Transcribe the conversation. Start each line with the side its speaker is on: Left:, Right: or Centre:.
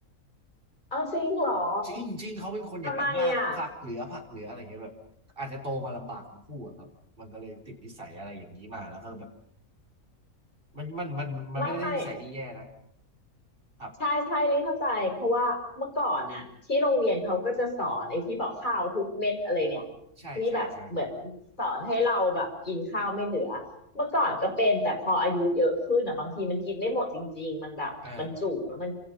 Left: เอาจริงเหรอ
Right: จริงจริงเขาเป็นคนอย่างนั้นมากผักเหลือผักเหลืออะไรเงี้ยแบบอาจจะโตมาลำบากทั้งคู่อะครับมันก็เลยติดนิสัยอะไรอย่างนี้มาแล้วก็แบบ
Left: ทำไมอ่ะ
Right: มันมันมันมันไม่ได้นิสัยที่แย่นะ
Left: ไม่ไม่
Right: ครับ
Left: ใช่ใช่ลิเข้าใจเพราะว่าเมื่อก่อนอ่ะที่โรงเรียนเขาก็จะสอนไอ้ที่บอกข้าวทุกเม็ดอะไรเนี่ย
Right: ใช่ใช่ใช่
Left: ที่แบบเหมือนสอนให้เราแบบกินข้าวไม่เหลือเมื่อก่อนก็เป็นแต่พออายุเยอะขึ้นอ่ะบางทีมันกินไม่หมดจริงๆมันแบบมันจุกแล้วมัน
Right: เออ